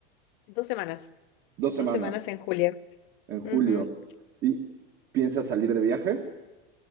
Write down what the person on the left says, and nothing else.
Dos semanas,
dos semanas en julio.
Ujú.